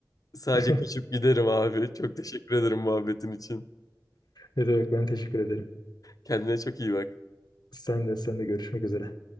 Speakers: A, on the left (about 55°); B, on the left (about 70°).
A: sadece
B: <laughs>
A: kaçıp giderim abi. Çok teşekkür ederim muhabbetin için.
B: Ne demek ben teşekkür ederim.
A: Kendine çok iyi bak.
B: Sen de sen de görüşmek üzere.